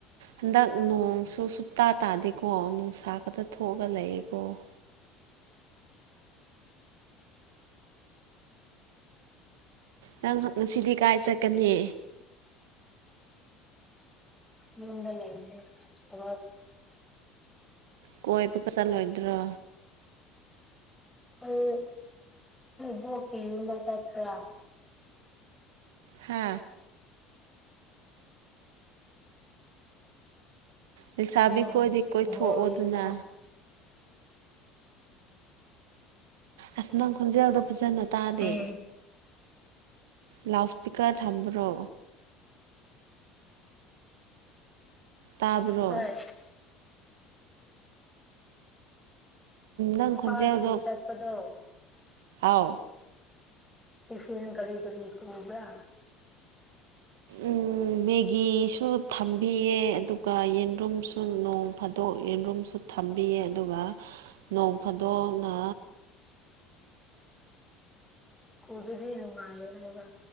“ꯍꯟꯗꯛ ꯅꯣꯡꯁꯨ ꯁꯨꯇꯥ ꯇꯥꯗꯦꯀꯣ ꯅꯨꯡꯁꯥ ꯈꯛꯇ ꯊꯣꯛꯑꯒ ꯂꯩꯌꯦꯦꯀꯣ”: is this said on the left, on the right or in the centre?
Right